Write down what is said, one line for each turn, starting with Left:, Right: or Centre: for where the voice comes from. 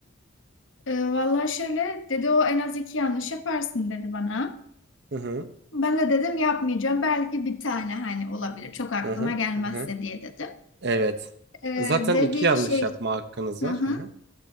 Left: E, vallahi şöyle dedi o en az iki yanlış yaparsın dedi bana.
Right: Hı hı,
Left: Ben de dedim yapmayacağım. Belki bir tane hani olabilir. Çok aklıma
Right: hı hı,
Left: gelmezse
Right: hı hı.
Left: diye dedim.
Right: Evet.
Left: E,
Right: Zaten
Left: ve
Right: iki
Left: bir
Right: yanlış
Left: şey
Right: yapma hakkınız
Left: hı
Right: var.
Left: hı.
Right: Hı hı.